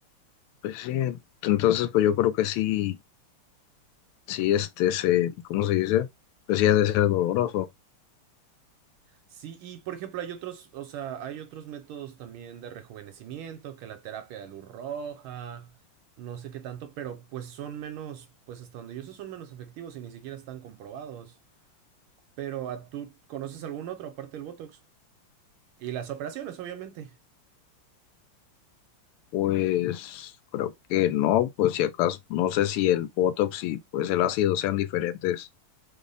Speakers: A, on the left; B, on the right.
A: pues sí. Entonces, pues yo creo que sí, sí, este, se, ¿cómo se dice? Pues sí ha de ser doloroso.
B: Sí, y por ejemplo, hay otros, o sea, hay otros métodos también de rejuvenecimiento, que la terapia de luz roja, no sé qué tanto, pero pues son menos, pues hasta donde yo sé son menos efectivos y ni siquiera están comprobados. Pero ¿a tú conoces algún otro aparte del Botox? Y las operaciones, obviamente.
A: Pues creo que no, pues si acaso, no sé si el Botox y pues el ácido sean diferentes.